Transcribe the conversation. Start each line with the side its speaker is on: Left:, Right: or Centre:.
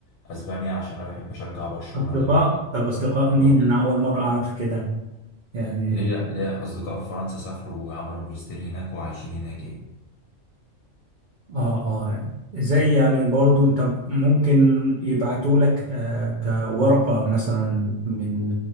Left: اسبانيا عشان انا بحب اشجع برشلونة
Right: اصدقاء
Left: وريال مدريد
Right: طب اصدقاء مين
Left: مرة كده
Right: انا اول مره اعرف كده يعني
Left: ليا ليا اصدقاء في فرنسا سافروا وعملوا ماجستير هناك وعايشين هناك
Right: اه اه زي يعني برضو انت ممكن يبعتوا لك آه كورقة مثلا من